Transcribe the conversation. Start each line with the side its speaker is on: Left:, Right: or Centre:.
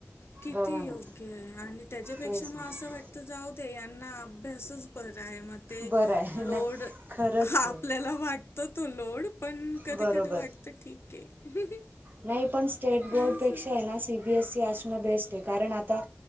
Left: किती
Right: बघा ना
Left: योग्य आहे आणि त्याच्यापेक्षा
Right: तेच
Left: म
Right: ना
Left: असं वाट तर जाऊ दे यांना अभ्यासच बर आहे मग ते
Right: बरं आहे
Left: लोड
Right: नाही खरंच
Left: हा
Right: आहे
Left: आपल्याला वाटत तो लोड पण कधी
Right: बरोबर
Left: कधी वाटत ठीक आहे
Right: नाही पण स्टेट बोर्डपेक्षा
Left: असं
Right: आहे ना सी बीएसई असणं बेस्ट आहे कारण आता